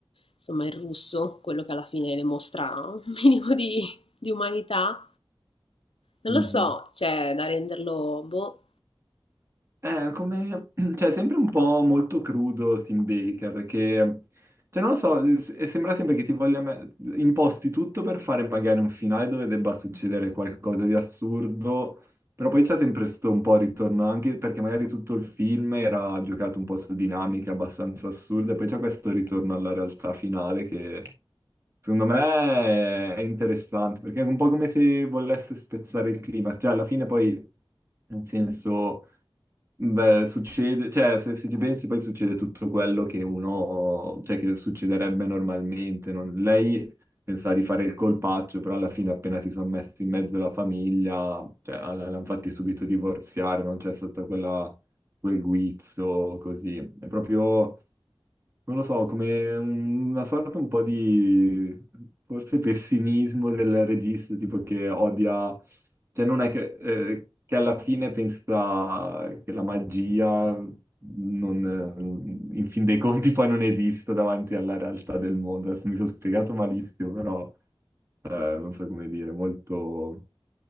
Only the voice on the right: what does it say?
Mhm.
È come, <clears throat> cioè, sempre un po' molto crudo Tim Baker, che, cioè, non lo so, s- e sembra sempre che ti voglia me- imposti tutto per fare magari un finale dove debba succedere qualcosa di assurdo, però poi c'è sempre sto un po' ritorno, anche perché magari tutto il film era giocato un po' su dinamiche abbastanza assurde, e poi c'è questo ritorno alla realtà finale che, secondo me, è interessante, perché è un po' come se volesse spezzare il clima, cioè, alla fine poi, nel senso... Beh, succede, cioè se, se ci pensi poi succede tutto quello che uno, cioè che succederebbe normalmente. non- Lei pensava di fare il colpaccio, però alla fine appena ti sono messi in mezzo la famiglia, cioè all- l'hanno fatti subito divorziare, non c'è stato quella, quel guizzo così. È proprio non lo so, come una sorta un po' di forse pessimismo del regista, tipo che odia, cioè non è che, eh, che alla fine pensa che la magia non, eh, in fin dei conti poi non esista davanti alla realtà del mondo. Adesso mi sono spiegato malissimo, però eh, non so come dire, molto